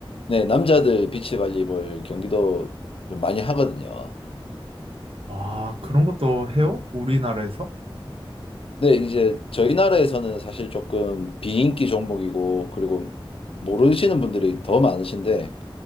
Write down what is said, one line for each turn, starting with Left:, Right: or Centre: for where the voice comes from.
Left: 네, 남자들 비치발리볼 경기도 좀 많이 하거든요.
Right: 와, 그런 것도 해요? 우리나라에서?
Left: 근데 이제 저희 나라에서는 사실 조금 비인기 종목이고, 그리고 모르시는 분들이 더 많으신데,